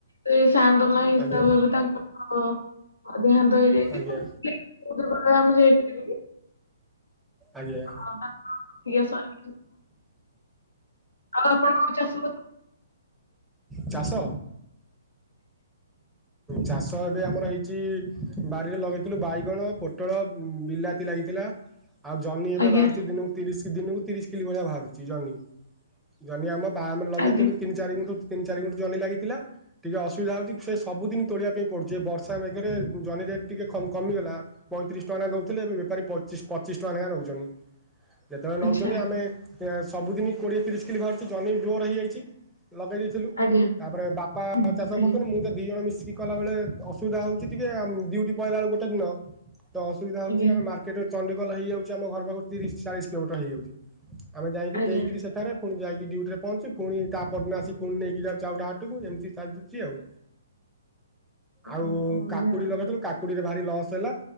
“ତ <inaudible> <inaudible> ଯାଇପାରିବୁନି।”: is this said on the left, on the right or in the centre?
Left